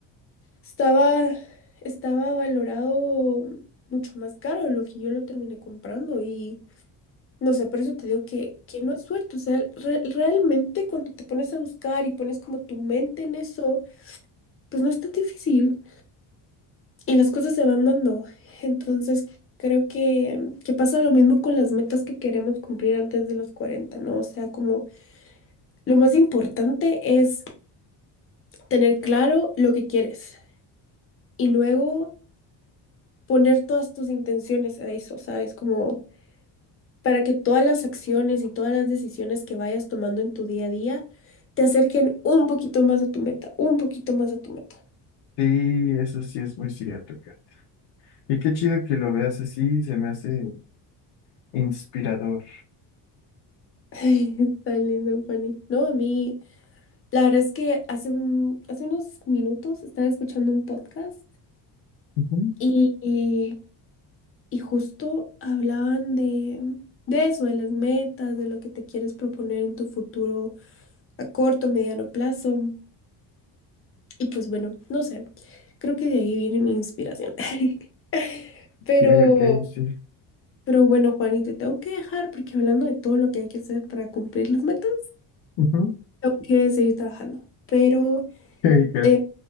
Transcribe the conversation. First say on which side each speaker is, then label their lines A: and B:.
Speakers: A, on the left; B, on the left.
A: estaba, estaba valorado mucho más caro de lo que yo lo terminé comprando y No sé, por eso te digo que, que no es suerte. O sea, re- realmente cuando te pones a buscar y pones como tu mente en eso, pues no es tan difícil y las cosas se van dando. Entonces, creo que, que pasa lo mismo con las metas que queremos cumplir antes de los cuarenta ¿no? O sea, como lo más importante es tener claro lo que quieres y luego poner todas tus intenciones a eso, ¿sabes? Como para que todas las acciones y todas las decisiones que vayas tomando en tu día a día te acerquen un poquito más a tu meta, un poquito más a tu meta.
B: Sí, eso sí es muy cierto, Kat. Y qué chido que lo veas así, se me hace inspirador.
A: <laughs> Ay, Tan lindo, Juani. No, a mí, la verdad es que hace, un- hace unos minutos estaba escuchando un podcast
B: Ujú.
A: y, y- y justo hablaban de, de eso, de las metas, de lo que te quieres proponer en tu futuro a corto, mediano plazo. Y pues bueno, no sé, creo que de ahí viene mi inspiración. <laughs>
B: Ok,
A: Pero
B: ok, sí.
A: Pero bueno, Juani, te tengo que dejar porque hablando de todo lo que hay que hacer para cumplir las metas,
B: Ujú.
A: tengo que seguir trabajando. Pero
B: Ok, Kat.
A: te